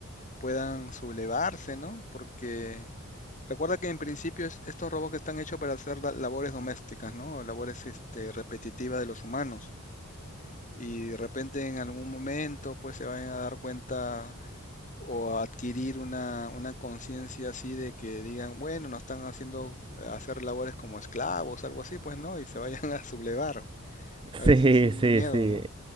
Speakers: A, on the left; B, on the right.
A: puedan sublevarse, ¿no? Porque recuerda que en principio es- estos robots están hechos para hacer la- labores domésticas, ¿no? Labores, este, repetitivas de los humanos. y de repente en algún momento pues se van a dar cuenta o a adquirir una, una conciencia así de que digan, bueno, nos están haciendo hacer labores como esclavos, algo así, pues no, y se <laughs> vayan a sublevar. A veces
B: Sí,
A: es un
B: sí,
A: miedo,
B: sí.
A: ¿no?